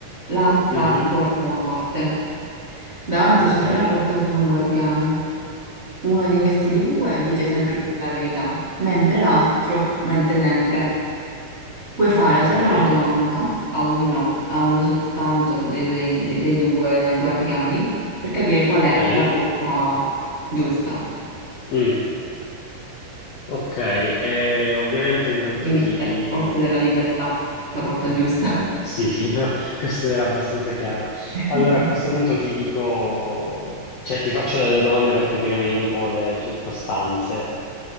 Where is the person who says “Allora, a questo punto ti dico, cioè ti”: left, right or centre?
Left